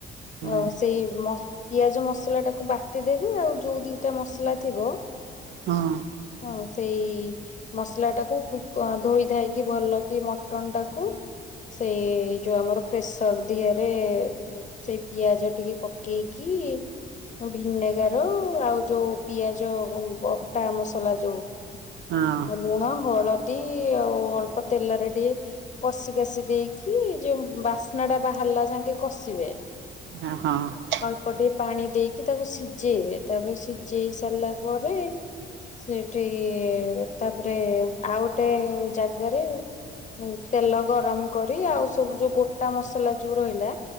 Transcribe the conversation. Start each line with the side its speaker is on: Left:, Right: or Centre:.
Right: ହଁ
Left: ଆଉ ସେଇ ମ ପିଆଜ ମସଲାଟାକୁ ବାଟିଦେବେ ଆଉ ଯୋଉ ଦିଟା ମସଲା ଥିବ?
Right: ହଁ।
Left: ହଁ ସେଇ ମସଲାଟାକୁ ଧୋଇ ଧାଇକି ଭଲ କି ମଟନ ଟାକୁ ସେଇ ଯୋଉ ଆମର ପ୍ରେସର ଦିହରେ ସେଇ ପିଆଜ ଟିକେ ପକେଇକି ଭିିନେଗାର ଆଉ ଯୋଉ ପିଆଜ ବଟା ମସଲା ଯୋଉ
Right: ହଁ।
Left: ଲୁଣ ହଳଦୀ ଆଉ ଅଳ୍ପ ତେଲରେ ଟିକେ। କଷି କାଶୀ ଦେଇକି ଯୋଉ ବାସ୍ନା ଟା ବାହାରିଲା ଯାଙ୍କେ କଷିବେ।
Right: ଆ ହଁ।
Left: ଅଳ୍ପ ଟିକେ ପାଣି ଦେଇକି ତାକୁ ସିଝେଇବେ ତାପରେ ସିଝେଇ ସାରିଲା ପରେ। ସେଠି ତାପରେ ଆଉ ଗୋଟେ ଜାଗାରେ। ତେଲ ଗରମ କରି ଆଉ ସବୁ ଯୋଉ ଗୋଟା ମସଲା ଯୋଉ ରହିଲା।